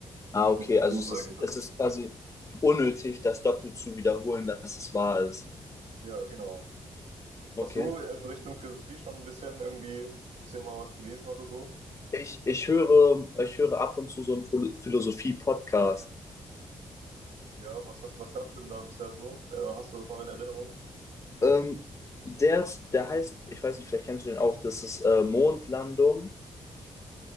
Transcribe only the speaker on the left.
Ah,
okay.
Also es
ist,
es ist quasi unnötig, das doppelt zu wiederholen, dass es wahr ist.
Okay.
Ich, ich höre, ich höre ab und zu so einen Philo- Philosophie-Podcast.
Ähm, der ist, der heißt, ich weiß nicht, vielleicht kennst du den auch, das ist äh, Mondlandung.